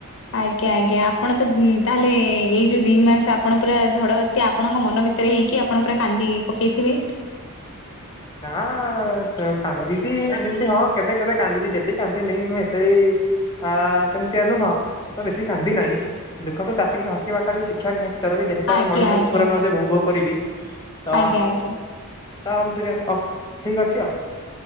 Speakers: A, on the left; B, on the left.
A: ଆଜ୍ଞା ଆଜ୍ଞା ଆପଣ ତ ତାହେଲେ ଏଇ ଯୋଉ ଦି ମାସ ଆପଣ ପୁରା ଝଡ ବା ତ୍ୟା ଆପଣଙ୍କ ମନ ଭିତରେ ହେଇକି ଆପଣ ପୁରା କାନ୍ଦି ପକେଇଥିବେ?
B: ନା ସ କାନ୍ଦିଚି ହେମିତି ହଁ କେବେ କେବେ କାନ୍ଦିଚି ଡେଲି କାନ୍ଦିନି। ମୁଁ ଏତେ ବି ଆ ସେମିତିଆ ନୁହଁ ତ ବେଶୀ କାନ୍ଦି ନାହିଁ ଦୁଃଖକୁ ଚାପିକି ହସିବାଟା ବି ସି କ୍ଷ୍ୟା ନିହାତି ଜରୁରି ଯେହେତୁ
A: ଆଜ୍ଞା
B: ଆମେ ମଣିଷ
A: ଆଜ୍ଞା
B: କୁକୁର ନୁହଁ ଯେ ଭୋ ଭୋ କରିବି ତ
A: ଆଜ୍ଞା ଆଜ୍ଞା
B: ତ ମୁଁ ସେଇଆ ଅଫ୍ ଠିକ ଅଛି ଆଉ।